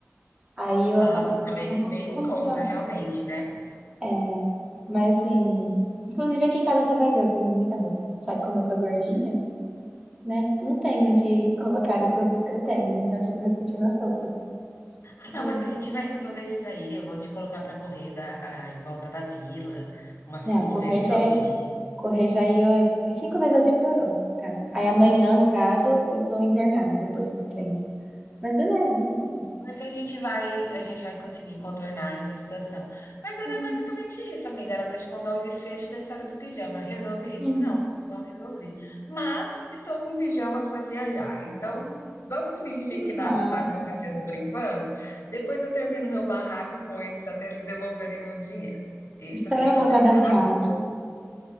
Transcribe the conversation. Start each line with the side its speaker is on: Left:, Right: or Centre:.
Right: Aí eu acabo
Left: Nossa, fica
Right: comprando
Left: bem
Right: um pouquinho
Left: bem em conta
Right: muita roupa.
Left: realmente, né.
Right: É, mas assim, inclusive aqui em casa você vai ver, eu tenho muita roupa. Só que como eu tô gordinha, né? Não tenho onde colocar as roupas que eu tenho. Então eu fico repetindo as roupas. Tipo,
Left: "Ah, não, mas a gente vai resolver isso daí, eu vou te colocar para correr da ah, em volta da vila umas
Right: Não,
Left: 5
Right: correr
Left: vezes
Right: já
Left: ao
Right: é.
Left: dia".
Right: Correr já ia. Cinco vezes ao dia piorou. Tá. Aí amanhã, no caso, eu tô internada depois do treino. Mas beleza, então.
Left: Mas a gente vai, a gente vai conseguir contornar essa situação. Mas era
Right: Uhum.
Left: basicamente isso, amiga. Era para te contar o desfecho da história do pijama. Resolvi?
Right: Uhum.
Left: Não, não resolvi. Mas estou com pijamas para viajar. Então, vamos fingir
Right: Menos
Left: que
Right: mal.
Left: nada está acontecendo por enquanto. Depois eu termino meu barraco com eles até eles devolverem meu dinheiro. Isso
Right: Então
Left: assim
Right: era voltar
Left: você sabe,
Right: da viagem.